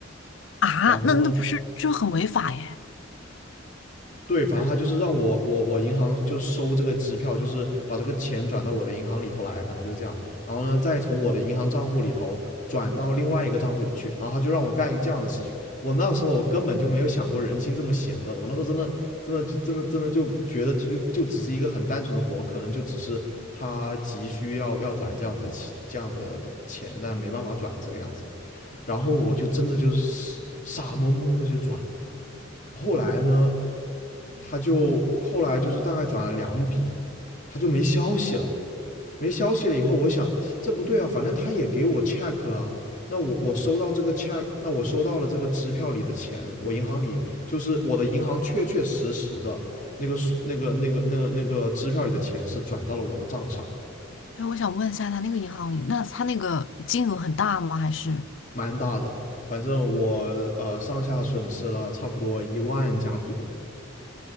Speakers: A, on the left; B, on the left.
A: 啊，
B: 然后呢，
A: 那那不是这很违法耶？
B: 对，反正他就是让我我我银行就收这个支票，就是把这个钱转到我的银行里头来，反正就是这样。然后呢，再从我的银行账户里头转到另外一个账户里去。然后他就让我干这样的事情。我那时候我根本就没有想过人心这么险恶的，我那时候真的真的就真的真的就觉得就就只是一个很单纯的活，可能就只是他急需要要转这样子这样子的钱，但没办法转这个样子。然后我就真的就是傻懵懵的就转了。后来呢，他就后来就是大概转了两笔，他就没消息了。没消息了以后，我想这不对啊，反正他也给我 check 了，那我我收到这个 check，那我收到了这个支票里的钱，我银行里就是我的银行确确实实的那个那个那个那个那个支票里的钱是转到了我的账上，
A: 哎，我想问一下，他那个银行，那他那个金额很大吗？还是
B: 蛮大的，反正我呃上下损失了差不多一万加币吧。